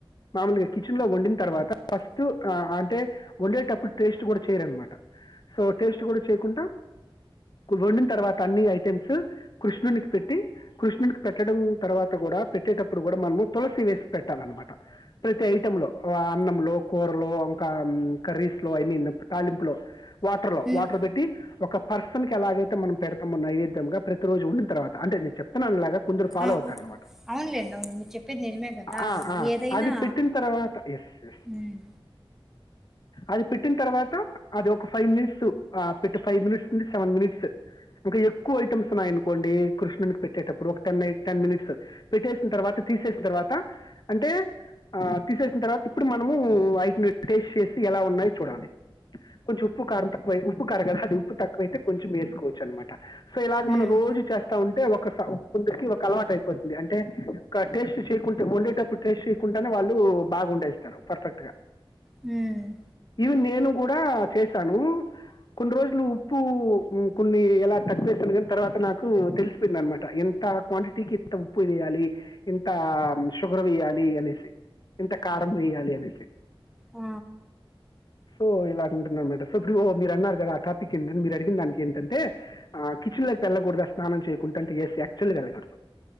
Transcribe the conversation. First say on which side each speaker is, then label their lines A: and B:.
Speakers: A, on the left; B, in the centre.
A: మామూలుగా కిచెన్ లో వండిన తర్వాత ఫస్ట్ అంటే వండేటప్పుడు టేస్ట్ కూడా చేయరనమాట సో టేస్ట్ కూడా చేయకుండా వండిన తర్వాత అన్ని ఐటమ్స్ కృష్ణునికి పెట్టి కృష్ణుడికి పెట్టడం తర్వాత కూడా పెట్టేటప్పుడు కూడా మనము తులసి వేసి పెట్టాలన్నమాట ప్రతి ఐటమ్ లో అన్న లో కూరలో ఇంకా కర్రీస్ లో ఐ మీన్ తాలింపులో వాటర్ లో
B: ఉమ్
A: వాటర్ పెట్టి ఒక పర్స్ సున్ కి ఎలాగైతే మనం పెడతామె నైవేద్యంగా ప్రతిరోజు వండిన్ తర్వాత అంటే నేను చెప్తున్నానిలాగా కొందరు ఫాలో
B: అ
A: అవుతారనమాట
B: అవునులేండి అవును మీరు చెప్పేది నిజమే కదా
A: ఆ ఆ
B: ఏదైనా
A: అది పెట్టిన తర్వాత ఎస్ ఎస్
B: ఉమ్
A: అది పెట్టిన తర్వాత అది ఒక ఫైవ్ మినిట్స్ ఆ పెట్టి ఫైవ్ మినిట్స్ నుండి సెవెన్ మినిట్స్ ఇంకా ఎక్కువ ఐటమ్స్ ఉన్నాయి అనుకోండి కృష్ణునీకి పెట్టేటప్పుడు ఒక టెన్ టెన్ మినిట్స్ పెట్టేసిన తర్వాత తీసేసిన తర్వాత అంటే ఆ తీసేసిన తర్వాత ఇప్పుడు మన నువ్వు వాటిని టేస్ట్ చేసి ఎలా ఉన్నాయో చూడాలి కొంచెం ఉప్పు కారం తక్కువ ఉప్పు కారు కదా అది ఉప్పు తక్కువైతే కొంచెం వేసుకోవచ్చు అనమాట సో ఇలాగ
B: హ్మ్.
A: మనం రోజు చేస్తా ఉంటే అంటే ఒక కొందరికి ఒక అలవాటు అయిపోతుంది అంటే టేస్ట్ చేయకుంటే వండేటప్పుడు టేస్ట్ చేయకుండానే వాళ్ళు బాగా వండేస్తారు పర్ఫెక్ట్ గా
B: హ్మ్.
A: ఇవి నేను కూడా చేశాను కొన్ని రోజులు ఉప్పు కొన్ని ఎలా తక్కువేసాను కానీ తర్వాత నాకు తెలిసిపోయింది అనమాట ఎంత క్వాంటిటీకి ఎంత ఉప్పు వేయాలి ఇంత షుగర్ వేయ్యాలి అనేసి ఇంత కారం వేయాలి అని
B: ఆ!
A: సో ఇలాంటున్నారు మేడం సో ఇప్పుడు మీరు అన్నారు కదా ఆ టాపిక్ ఏంటంటే మీరు అడిగిన దానికి ఏంటంటే కిచెన్లోకి వెళ్ళకూడదా స్నానం చేయకుంటే అంటే ఎస్ యాక్చువల్గా వెళ్ళకూడదు